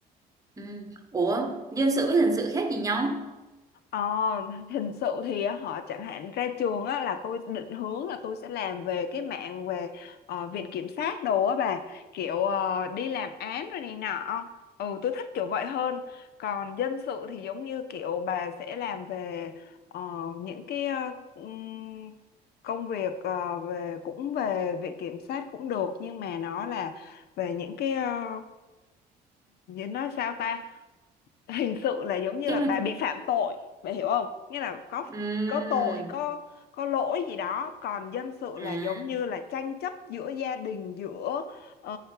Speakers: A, on the right; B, on the left.
A: Ừ. Ủa, dân sự với hình sự khác gì nhau?
B: Ờ, hình sự thì họ chẳng hạn ra trường á, là tôi định hướng là tôi sẽ làm về cái mạng về ờ, viện kiểm sát đồ á bà kiểu ờ, đi làm án rồi này nọ ừ tôi thích kiểu vậy hơn còn dân sự thì giống như kiểu bà sẽ làm về ờ, những cái ờ, ừm, công việc ờ, về cũng về viện kiểm sát cũng được nhưng mà nó là về những cái uh, nói sao ta hình sự là giống như
A: Cái
B: là
A: bên...
B: bà bị phạm tội bà hiểu không nghĩa là có
A: ừm,
B: có tội có có lỗi gì đó còn dân sự
A: À,
B: là giống như là tranh chấp giữa gia đình giữa ờ,